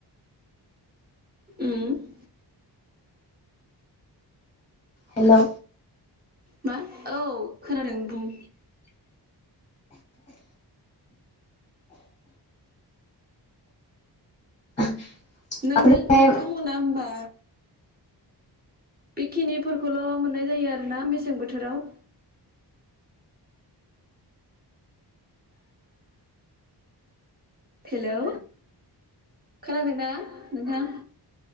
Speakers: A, on the right; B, on the left.
A: उम
B: हेल'।
A: मा? औ खोनादों बुं
B: <inaudible>
A: नों-नों-नोंथांमोना
B: ओमफ्राय
A: होमबा बेखिनिफोरखौल' मोननाय जायो आरो ना मेसें बोथोराव। हेलौ खोनादों ना नोंथां?